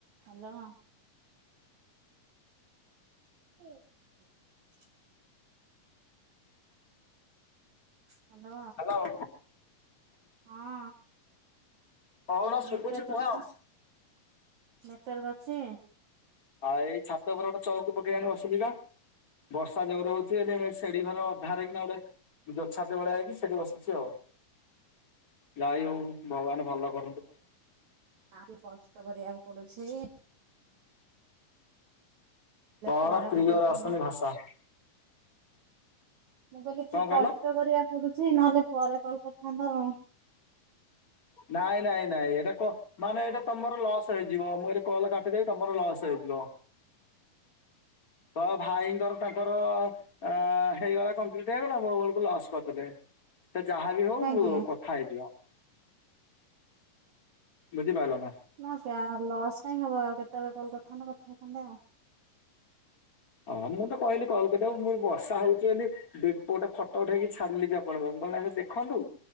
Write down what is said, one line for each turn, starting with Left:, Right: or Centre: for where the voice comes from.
Right: Hello. <inaudible> Hello
Left: hello.
Right: ହଁ
Left: କହୁନ
Right: ନେଟୱାର୍କ
Left: ଶୁଭୁଚି କୁହଅ।
Right: ଅଛି ନେଟୱାର୍କ ଅଛି?
Left: ଆଉ ଏଇ ଛାତ ଉପରେ ଗୋଟେ ଚଉକି ପକେଇ ଆଣି ବସିଲି ବା ବଷ ଯୋରେ ହଉଚି ଏଠି ସେଢି ଘର ବାହାର ରାହିକିନା ଗୋଟେ ଗଛାତିଭଳିଆ ହେଇକି ସେଠି ବସିଚି ଆଉ। ଯାଇ ହଉ ଭଗବାନ ଭଲ କରନ୍ତୁ।
Right: ଆକି କଷ୍ଟ କରିବାକୁ ପୁଡୁଚି।
Left: ପର
Right: ପରେ
Left: ପ୍ରିୟ
Right: କଲ୍ କରିଥାନ୍ତ।
Left: ରାସନୀ ଭାଷା।
Right: ମୁଁ କହିଲି କି
Left: କଣ
Right: କଷ୍ଟ
Left: କହିଲ?
Right: କରିବାକୁ ପଡୁଚି ନହେଲେ ପରେ କଲ କରିଥାନ୍ତ ହଉ।
Left: ନାଇଁ ନାଇଁ ନାଇଁ ଏଇଟା କ ମାନେ ଏଇଟା ତମର ଲସ୍ ହେଇ ଯିବ ମୁଁ ଏଇଟି କଲ କାଟିଦେବି ତମର ଲସ୍ ହେଇଯିବ।
Right: <inaudible>
Left: ତ ଭାଇଙ୍କର ତାଙ୍କର ଅ ହେଇଗଲା କମ୍ପ୍ଲିଟ ହେଇଗଲା ମୋ ବେଳକୁ ଲସ୍ କରିଦେଲେ। ତ ଯାହାବି ହଉ
Right: କାହିଁକି?
Left: କଥା ହେଇଯିବା। ବୁଝି ପାଇଲନା?
Right: ନା ଲସ୍ କାଇଁ ହବ ଆଉ କେତେବେଳେ କଲ କରିଥାନ୍ତ କଥା ହେଇଥାନ୍ତେ ଆଉ।
Left: ହଁ ମୁଁ ତ କହିଲି କଲ କ ମୁଁ ବର୍ଷା ହଉଚି ବୋଲି ଦି ପଟେ ଫୋଟୋ ଉଠେଇକି ଛାଡିଲିବି ଆପଣଙ୍କୁ କଣ ନାଁ ଦେଖନ୍ତୁ